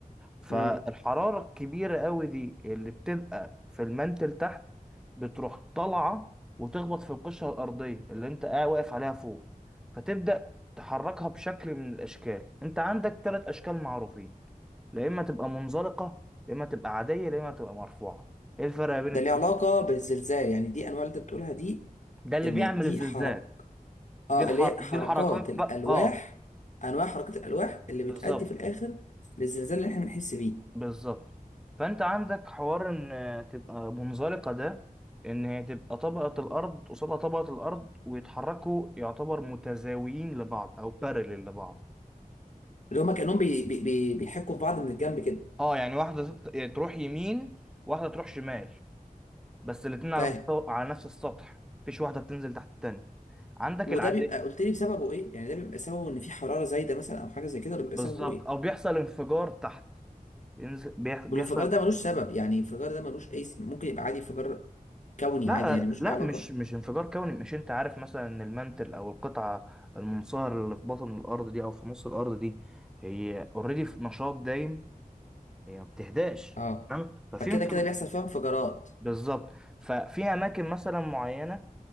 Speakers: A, in the centre; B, on the left (about 55°).
A: فالحرارة
B: مم.
A: الكبيرة قوي دي اللي بتبقى في المانتل تحت بتروح طالعة وتخبط في القشرة الأرضية اللي أنت قاعد واقف عليها فوق فتبدأ تحركها بشكل من الأشكال أنت عندك ثلاث أشكال معروفين يا إما تبقى منزلقة يا إما تبقى عادية يا إما تبقى مرفوعة إيه الفرق بين
B: ده
A: التلاتة؟
B: ليه علاقة بالزلزال يعني دي أنواع اللي أنت بتقولها دي
A: ده اللي
B: إن
A: بيعمل
B: دي
A: الزلزال
B: حركة اه
A: دي الحر...
B: اللي هي حركات
A: دي الحركات
B: الالواح
A: بقى آه
B: انواع حركات الالواح اللي
A: بالظبط
B: بتأدي في الاخر للزلزال اللي احنا بنحس بيه
A: بالظبط فانت عندك حوار ان تبقى منزلقه ده ان هي تبقى طبقه الارض قصادها طبقه الارض ويتحركوا يعتبر متزاويين لبعض او بارلل لبعض
B: اللي هما كانهم بي بي بي بيحكوا في بعض من الجنب كده
A: اه يعني واحده تط- يعني تروح يمين واحده تروح شمال بس الاتنين على
B: فاهم
A: مستوى على نفس السطح مفيش واحده بتنزل تحت التانيه عندك
B: وده
A: العاديه
B: بيبقى قلت لي بسببه ايه يعني ده بيبقى سببه ان في حراره زايده مثلا او حاجه زي كده ولا بيبقى
A: بالظبط
B: سببه ايه
A: او بيحصل انفجار تحت ينزل- بيح- بيحصل
B: والانفجار ده ملوش سبب يعني الانفجار ده ملوش اي س- ممكن يبقى عادي انفجار كوني
A: لا
B: عادي يعني ملوش
A: لا
B: اي علاقه
A: مش مش انفجار كوني مش انت عارف مثلا ان المنتل او القطعه المنصهره اللي في بطن الارض دي او في نص الارض دي هي اوريدي في نشاط دايم هي ما بتهداش
B: اه
A: تمام ففي
B: فكده
A: انفجار
B: كده بيحصل فيها انفجارات
A: بالظبط ففي اماكن مثلا معينه